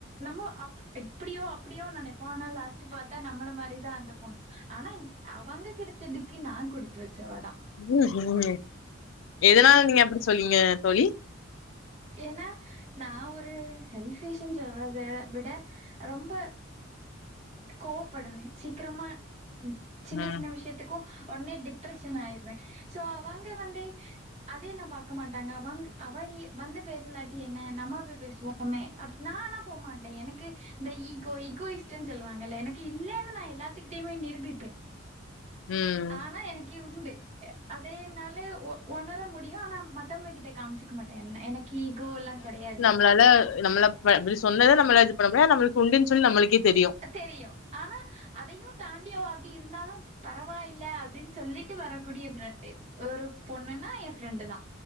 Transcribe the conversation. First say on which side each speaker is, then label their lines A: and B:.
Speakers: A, on the right (about 35°); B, on the left (about 75°).
A: நம்மோ அப் டி இப்பிடியோ அப்பிடியோ நெனைப்போ ஆனா லாஸ்ட்டு பாத்தா நம்மள மாரிதா அந்த பொண் ஆனா இன் அவங்க கெடைச்சதுக்கு நா குடுத்து வச்சவதா
B: ம் ஹும் எதுனால நீங்க அப்புடி சொல்வீங்க தோழி
A: ஏனா நா ஒரு செல்பிஷன்னு சொல்றத அத விட ரொம்ப கோவ்படுவே சீக்ரமா ம் சின்ன
B: ம்,
A: சின்ன விஷ்யத்துக்கூ ஒட்னே டிப்ரஷன் ஆய்ர்வே சோ அவங்க வந்து அதையெல்லா பாக்க மாட்டாங்க அவங் அவயி வந்து பேசலாட்டி என்ன நம்ம போய் பேசுவோமே அப்டி நா ஆனா போமாட்டே எனக்கு இந்த ஈகோ இகோயிஷ்டுன் சொல்லுவாங்கல எனக்கு இல்லனு நா எல்லாத்துக்கிட்டையுமே நிருபிப்பே
B: ம்.
A: ஆனா எனக்கி உண்டு அதே என்னாலே ஒ ஒணர முடியு ஆனா மத்தவ்ங்ககிட்ட காம்ச்சுக்கு மாட்டே என்ன எனக் கி ஈகோலா கெடையாது
B: னால நம்மள ப இப்டி சொன்னது நம்மள இது பண்ண முடியா நம்ளுக்கு உண்டுன் சொல் நம்மளுக்கே தெரியு
A: தெரியு ஆனா அதையு தாண்டி அவ அப்டி இருந்தாலு பரவாயில்ல அப்டின் சொல்லிட்டு வரக்கூடிய ஃபிரெண்டு ஒரு பொண்ணுனா என் ஃபிரெண்டுதா